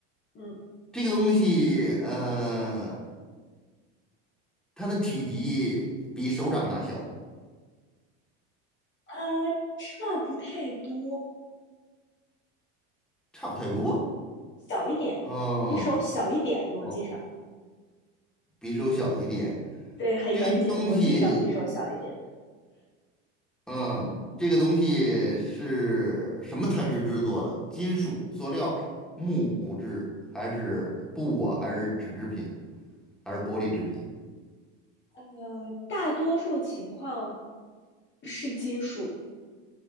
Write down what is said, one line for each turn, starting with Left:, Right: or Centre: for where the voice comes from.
Left: 嗯，
Centre: 这个东西，嗯，它的体积比手掌大小，
Left: 呃，差不太多，
Centre: 差不太多。
Left: 小一点，
Centre: 嗯，
Left: 比手小一点，逻辑上。
Centre: 哦，比手小一点。
Left: 对，很严谨，
Centre: 这个东西。
Left: 逻辑上匕首小一点。
Centre: 嗯，这个东西是什么材质制作的？金属、塑料、木质，还是布啊？还是纸制品？还是玻璃制品？
Left: 呃，大多数情况是金属，